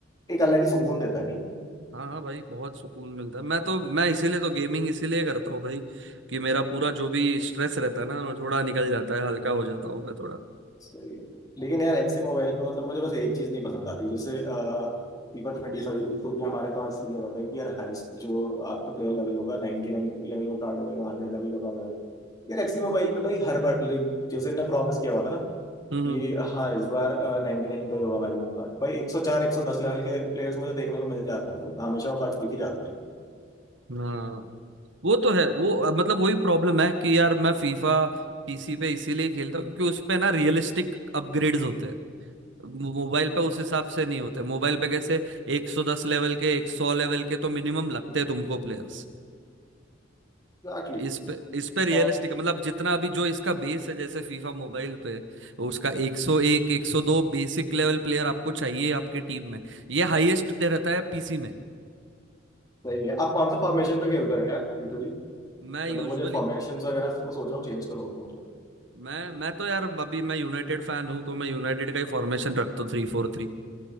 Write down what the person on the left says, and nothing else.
एक अलग ही सुकून देता है
सही है लेकिन यार एफसी मोबाइल में मतलब मुझे बस एक चीज नहीं पसंद आती जैसे फीफा ट्वेंटी फाइव तो भी हमारे पास ये होता है कि यार हाईएस्ट जो आपका प्लेयर लेवल होगा 99 लेवल का कार्ड होएगा हंड्रेड लेवल का कार्ड होएगा यार एफसी मोबाइल पे भाई हर बार लाइक जैसे इन्होंने प्रॉमिस किया हुआ था ना
कि हाँ इस बार नाइनटी नाइन का ही होगा मैक्सिमम कार्ड भाई एक सौ चार एक सौ दस लेवल के प्लेयर्स मुझे देखने को मिल जाते हैं मतलब हमेशा वो कार्ड दिख ही जाते हैं
एग्जैक्टली
और
सही है आप कौन सा फॉर्मेशन पे खेलते हो यार यूजुअली
मतलब मुझे फॉर्मेशन वगैरह मैं सोच रहा हूँ चेंज करूँ अपने